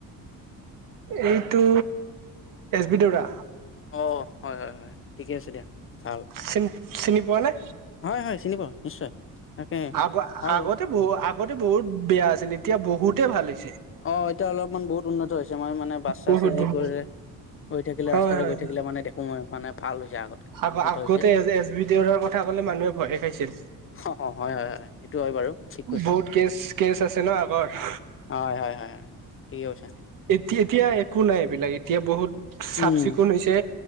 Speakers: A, on the right; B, on the left.
A: এইটো এছ বি দেওৰা
B: অ হয় হয় হয় ঠিকে আছে দিয়া ভাল
A: চিনি চিনি পোৱা নে
B: হয় হয় চিনি পাও নিশ্চয়
A: <unintelligible>
B: তাকে ভাল
A: আগতে বহু আগতে বহুত বেয়া আছিল এতিয়া বহুত বহুতেই ভাল <unintelligible>
B: অ এতিয়া অলপমান বহুত উন্নত হৈছে মই মানে বাছ চাচ
A: বহুত
B: যদি
A: বহুত
B: গৈ গৈ থাকিলে
A: হয়
B: ৰাস্তাতে
A: হয়
B: গৈ থাকিলে মানে দেখো মই মানে ভাল <unintelligible>
A: আগ
B: উন্নত
A: আগতে
B: হৈছে
A: এছ বি দেওৰাৰ কথা কলে মানুহে ভয়ে খাইছিল
B: অ অ হয় হয় হয় সেইটো হয় বাৰু ঠিক কৈছা
A: বহুত কেচ কেচ আছে ন আগৰ
B: হয়-হয় -হয় - হয় ঠিকে কৈছে।
A: এতিয়া একো নাই এইবিলাক এতিয়া বহুত, - চাফ-
B: উম
A: চিকুণ হৈছে